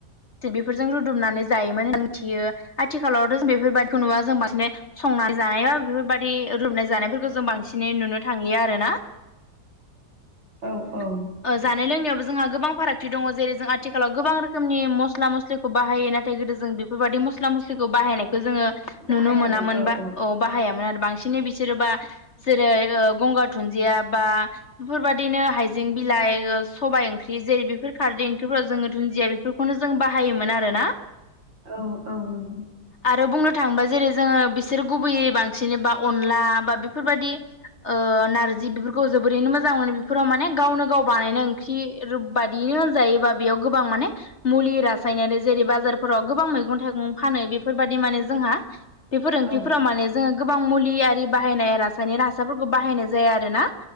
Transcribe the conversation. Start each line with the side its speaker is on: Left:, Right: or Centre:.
Left: बेफोरजों रुदुमनानै जायोमोन होनना मिथियो आथिखालावथ' जों बेफोरबायदिखौ नुवा जों बांसिनै संनाय जानाय बा बेफोरबायाददि रोबनाय जानायफोरखौ जों बांसिनै नुनो थांलिया आरो ना। <inaudible>
Right: औ औ
Left: ओ जानाय लोंनायावबो जोंहा गोबां फारागथि दङ जेरै जों आथिखालाव गोबां रोखोमनि मस्ला मस्लि बाहायो नाथाय गोदो जों बेफोरबायदि मस्ला मस्लिखौ बाहायनायखौ जोङो
Right: बाहायामोन
Left: नुनो मोनामोन
Right: औ
Left: बा
Right: औ
Left: अ बाहायामोन आरो बांसिनै बिसोरोबा जेरै ओ गंगार दुनदिया बा बेफोरबायदिनो हाइजें बिलाइ ओ सबाय ओंख्रि जेरै बेफोर खारदै ओंख्रिफोराव जोङो दुन्दिया बेफोरखौनो जों बाहायोमोन आर ना।
Right: औ औ नंगौ
Left: आरो बुंनो थाङोबा जेरै जोङो बिसोर गुबैयै बांसिन बा अनला बा बेफोरबायदि ओ नारजि बेफोरखौ जोबोरैनो मोजां मोनो बेफोराव माने गावनो गाव बानायनो ओंख्रि थि बादियनो होनजायोबा बेयाव गोबां माने मुलि रासायनारि जेरै बाजारफोराव गोबां मैगं थाइगं फानो बे बेफोरबायदि माने जोंहा बे फोरोंथिफोराव
Right: औ
Left: माने जोङो गोबां मुलि आरि बाहायनाय रासायनि हासारफोरखौ बाहायनाय जाया आरो ना